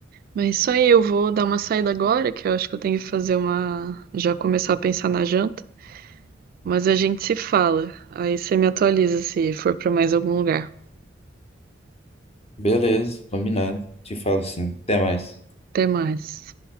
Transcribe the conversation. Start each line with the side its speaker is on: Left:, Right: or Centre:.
Right: Mas isso aí, eu vou dar uma saída agora, que eu acho que eu tenho que fazer uma. Já começar a pensar na janta. Mas a gente se fala. Aí você me atualiza se for pra mais algum lugar.
Left: Beleza, combinado. Te falo sim. Até mais.
Right: Até mais.